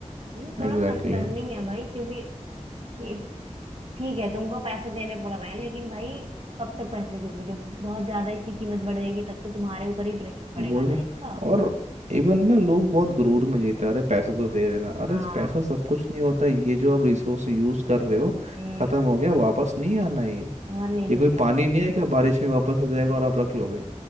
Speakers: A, on the right (about 50°); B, on the right (about 70°).
A: ये थोड़ा
B: Exactly
A: कंसर्निंग
B: exactly.
A: है भाई क्योंकि ये ठीक है तुमको पैसे देने पड़ रहे हैं लेकिन भाई कब तक पैसे दोगे जब बहुत ज्यादा इसकी कीमत बढ़ जाएगी तब तो तुम्हारे ऊपर ही प्रेशर पड़ेगा
B: वही
A: ना
B: तो
A: इसका
B: और इवन ना लोग बहुत गुरूर में जीते हैं, अरे पैसे तो दे रहे ना अरे
A: हाँ
B: पैसा सब कुछ नहीं होता ये जो आप रिसोर्स यूज कर रहे हो
A: हम्म
B: खत्म हो गया वापस नहीं आना है
A: और नहीं
B: ये
A: तो
B: कोई
A: क्या
B: पानी नहीं है क्या बारिश में वापस आ जाएगा और आप रख लोगे